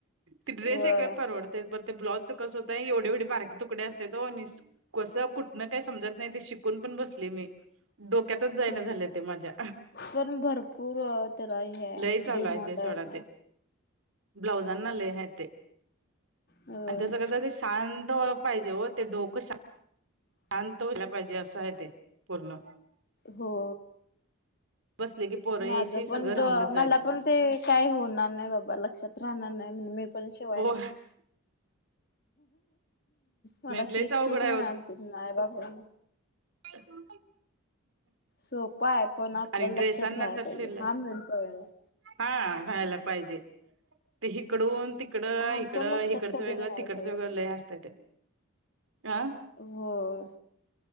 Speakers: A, on the right (about 65°); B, on the left (about 45°).
A: ती ड्रेस
B: व्हय
A: एक वेळ परवडतय ते पण ब्लाउजचं कस होतंय एवढी एवढी बारकी तुकडं असत्यात ओ आणि असं कसं कुठनं काही समजत नाही ते शिकून पण बसलोय मी डोक्यातच जाईना
B: पण
A: झालंय ते माझ्या
B: पण भरपूर त्याला हे
A: लई चालू
B: डिमांड
A: आहे ते सोडा
B: आता.
A: ते ब्लाऊजांना लैइ हाय ते
B: होय
A: आणि तसं कता ते शांत पाहिजे ओ ते डोकं शांत व्हायला पाहिजे असं आहे ते पूर्ण
B: हो
A: बसले की पोरं यायची
B: माझ
A: सगळं
B: पण
A: राहूनच जायचं
B: मला पण ते काही होणार नाही बाबा लक्षात राहणार नाही म्हणून मी पण शिवाय
A: हो
B: नाही मला
A: लयच
B: शीख
A: अवघड
B: शीख
A: आहे
B: म्ह आणते आई बाबा
A: का
B: सोपं आहे पण आपल्याला
A: आणि ड्रेसांना
B: लक्षात राहायला
A: तर
B: पाहिजे
A: शेल
B: हा मेन पॉईंट आहे
A: हा राहायला पाहिजे ते हिकडून त तिकड
B: आमच्या
A: इकडं
B: लक्षात
A: इिकडचं
B: कधी
A: वेगळं
B: राहायचं
A: तिकडचं वेगळं
B: सगळं काही
A: लय असतं ते हं
B: होय